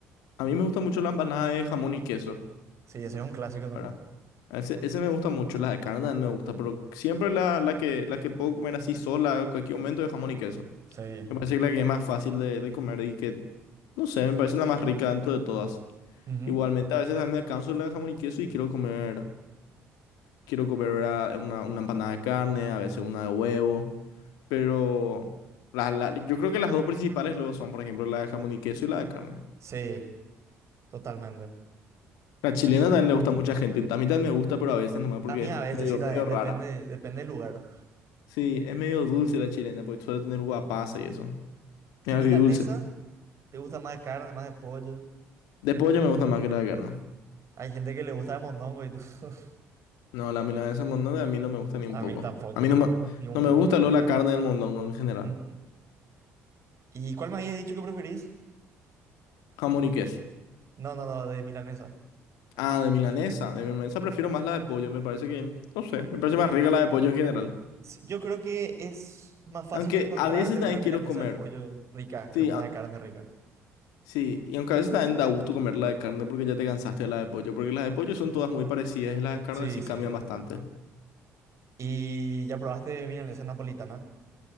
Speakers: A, on the left (about 75°); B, on the right (about 50°).
A: a mí me gusta mucho la empanada de jamón y queso,
B: Sí, ese es un clásico también.
A: ¿verdad? Ese, ese me gusta mucho, la de carne también me gusta, pero siempre la, la que, la que puedo comer así sola, en cualquier momento, de jamón y queso.
B: Sí.
A: Me parece que la que es más fácil de, de comer y que, no sé, me parece la más rica dentro de todas.
B: Ujú.
A: Igualmente, a veces también me canso la de jamón y queso y quiero comer, quiero comer ¿verdad? una, una empanada de carne, a veces una de huevo, pero la- la- yo creo que las dos principales luego son, por ejemplo, la de jamón y queso y la de carne.
B: Sí, totalmente.
A: La chilena
B: Y
A: también le gusta a mucha gente, a mí también me gusta, pero a veces nomás porque
B: a mí
A: es
B: a veces
A: medio,
B: sí también
A: medio rara.
B: depende, depende del lugar.
A: Sí, es medio dulce la chilena, porque suele tener guapasa y eso.
B: ¿Y
A: Es agridulce.
B: milanesa? ¿Te gusta más de carne, más de pollo?
A: De pollo me gusta más que la de carne.
B: Hay gente que le gusta de mondongo y todo. <laughs>
A: No, la milanesa de mondongo a mí no me gusta ni un
B: A
A: poco.
B: mí tampoco,
A: A mí
B: ni,
A: no me,
B: ni un
A: no
B: poco.
A: me gusta
B: lo-
A: luego la carne del mondongo en general.
B: Ujú. ¿Y cuál me habías dicho que preferís?
A: Jamón y queso.
B: No, no, no, de milanesa.
A: Ah, de milanesa. De milanesa prefiero más la de pollo. Me parece que, no sé, me parece más rica la de pollo en general.
B: Sí, Yo creo que es más fácil
A: Aunque
B: encontrarte
A: a veces también
B: una milanesa
A: quiero comer.
B: de pollo rica que
A: Sí,
B: una
A: a-
B: de carne rica.
A: sí. Y aunque a veces también da gusto comer la de carne porque ya te cansaste de la de pollo. Porque las de pollo son todas muy parecidas y las de carne
B: Sí,
A: sí
B: sí.
A: cambian bastante.
B: ¿Y ya probaste milanesa napolitana?